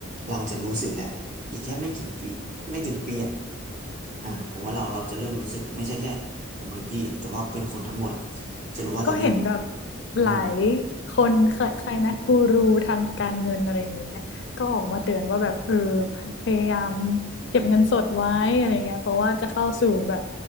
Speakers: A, on the right (about 35°); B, on the left (about 60°).
A: เราจะรู้สึกแหละอีกแค่ไม่กี่ปีไม่ถึงปีอะอ่าผมว่าเราเราจะเริ่มรู้สึกไม่ใช่แค่ผมหรือพี่แต่ว่าเป็นคนทั้งหมดอะจะรู้ว่าตอนเนี้ย
B: ก็เห็นแบบหลาย
A: อืม
B: คนใครใครนะกูรูทางการเงินอะไรอย่างนี้ไหมก็ออกมาเตือนว่าแบบเออพพยายามเก็บเงินสดไว้อะไรเงี้ยเพราะว่าจะเข้าสู่แบบ